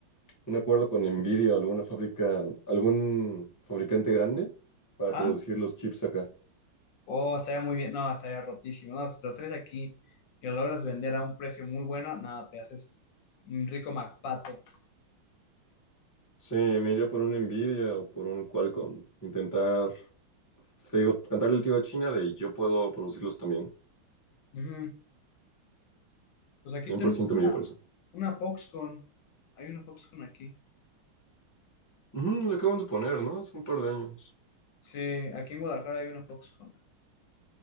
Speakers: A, on the left; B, on the left.
A: un acuerdo con Nvidia o alguna fábrica, algún fabricante grande para
B: Ajá.
A: producir los chips acá.
B: Oh, estaría muy bien. No, estaría rotísimo. No, si te los traes aquí y lo logras vender a un precio muy bueno, no, te haces un rico MacPato.
A: Sí, me iría por un Nvidia o por un Qualcomm. Intentar, te digo, cantarle el tiro a China de yo puedo producirlos también.
B: Ujú. Pues aquí
A: cien
B: tenemos
A: por ciento
B: una,
A: me iría por eso.
B: una Foxconn. Hay una Foxconn aquí.
A: Ujú, le acaban de poner, ¿no? Hace un par de años.
B: Sí, aquí en Guadalajara hay una Foxconn.